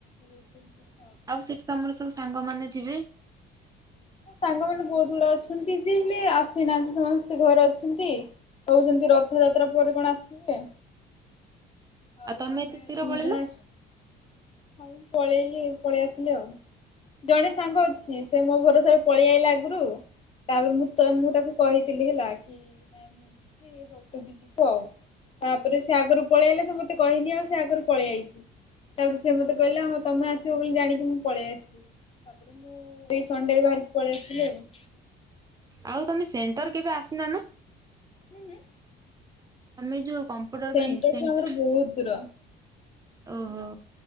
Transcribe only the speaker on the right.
ଆଉ ସେଠି ତମର ସବୁ ସାଙ୍ଗମାନେ ଥିବେ?
ତମେ
ଏତେ ଶୀଘ୍ର
ପଳେଇଲ।
ଆଉ ତମେ ସେଣ୍ଟର କେବେ ଆସିନ ନା?
ଆମେ ଯୋଉ କମ୍ପ୍ୟୁଟର
ପାଇଁ ଇସେଣ୍ଟ
ଓହୋ।